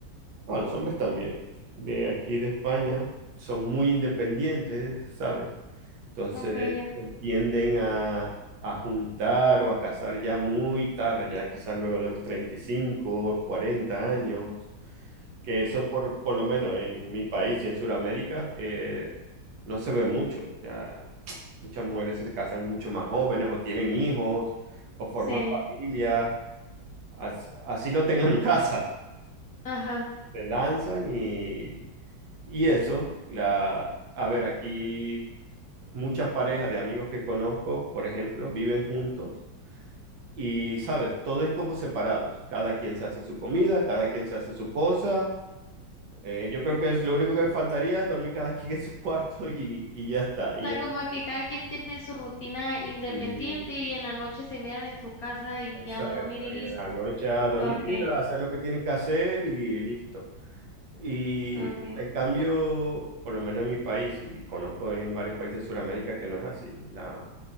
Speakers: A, on the right (about 65°); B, on the left (about 65°).
A: bueno, los hombres también, de aquí de España, son muy independientes, ¿sabes? Entonces
B: ok, ya.
A: se tienden a, a juntar o a casar ya muy tarde, ya quizás luego de los 35 o 40 años, que eso por, por lo menos en mi país y en Sudamérica eh, no se ve mucho. Ya muchas mujeres se casan mucho más jóvenes o tienen hijos o forman
B: Sí,
A: familias, as- así, lo tengan <laughs> en casa.
B: ajá.
A: Se lanzan y, y eso, la, a ver, aquí muchas parejas de amigos que conozco, por ejemplo, viven juntos y, sabes, todo es como separados. Cada quien se hace su comida, cada quien se hace su cosa. Eh, yo creo que es lo único que faltaría es dormir cada <laughs> quien en su cuarto y, y ya está. Y,
B: Está
A: eh,
B: como que cada quien tiene su rutina independiente
A: y-
B: y en la noche se miran en su casa y
A: exacto,
B: a dormir y listo.
A: y en la noche a dormir,
B: Ok,
A: a hacer lo que tienen que hacer y listo. Y
B: ok.
A: en cambio, por lo menos en mi país, y conozco en varios países de Sudamérica que no es así. La,